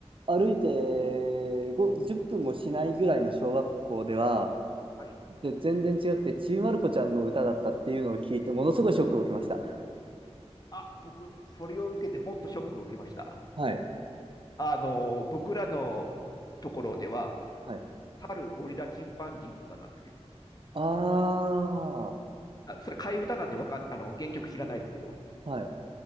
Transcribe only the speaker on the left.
はい。はい
あ、僕、それを受けてもっとショックを受けました。
あの、僕らのところでは、
猿、ゴリラ、チンパンジーの歌なんですよ。
あ、それ替え歌なんでわかん、あの、原曲知らないですけど。